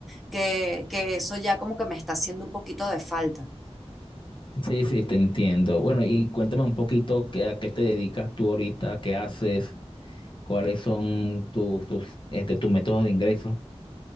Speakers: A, in the centre; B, on the left (about 50°).
A: que, que eso ya como que me está haciendo un poquito de falta.
B: Sí, sí, te entiendo. Bueno, y cuéntame un poquito qué, a qué te dedicas tú ahorita, qué haces. cuáles son tus, tus, este, tus métodos de ingreso.